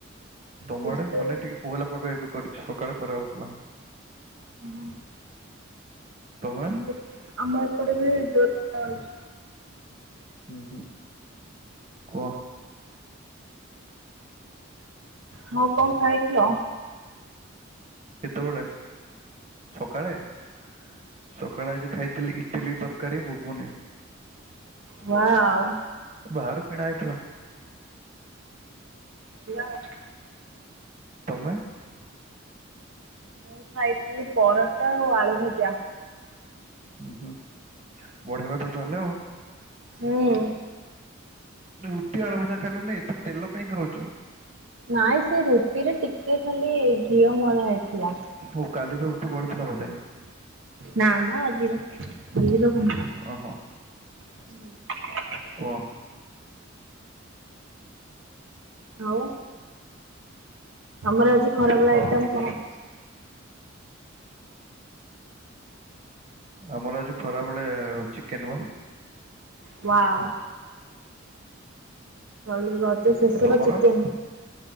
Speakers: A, on the right; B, on the right.
A: ତମ
B: ବେଶୀ
A: ଆଡେ
B: ଜୋରେ
A: ମାନେ ଟିକେ କୋହଲା ପାଗ ଏବେ କରିଛି ସକାଳେ ଖରା ହୋଉଥିଲା।
B: ହୁଁ।
A: ତମେ?
B: ଆମର ଆମ ଏପଟେ ବି ଜୋର ଖରା ହୋଉଛି।
A: ହୁଁ ହୁଁ କୁହ?
B: ହଉ କଣ ଖାଇଥିଲ?
A: କେତେବେଳେ ସକାଳେ ସ ସକାଳେ ଆଜି ଖାଇଥିଲି ଇଟିଲି ତରକାରୀ ବୁଗୁନି।
B: ୱଓ।
A: ବାହାରୁ କିଣା ହେଇଥିଲା।
B: ହେଲା ଆଉ।
A: ତମେ?
B: ମୁଁ ଖାଇଥିଲି ପରଟା ଆଉ ଆଳୁ ଭଜା।
A: ହୁଁ ହୁଁ ବଢିଆ କଥା ତାହେଲେ ଆଉ।
B: ହୁଁ।
A: ରୁଟି ଆଳୁ ଭଜା ଖାଇଲନି ଏତେ ତେଲ କାଇଁ ଖାଉଛ?
B: ନାଇଁ ସେ ରୁଟିରେ ଟିକେ ଖାଲି ଘିଅ ମଳା ହେଇଥିଲା।
A: ଓ କାଲିର ରୁଟି ବଳିଥିଲା ବୋଧେ?
B: ନାମ ଆଜିର ବୁଝିଲ କଣ?
A: ଓହୋ
B: ହୁଁ।
A: କୁହ।?
B: ଆଉ ଆମର ଆଜି ଖରାବେଳ
A: ହଉ
B: ଏକଇଟମ୍ କଣ?
A: ଆମର ଆଜି ଖରା ବଳେ ଚିକେନ ବା।
B: ୱାଓ। ଆଉ ରଜ ଶେଷରେ
A: ତମର?
B: ଚିକେନ।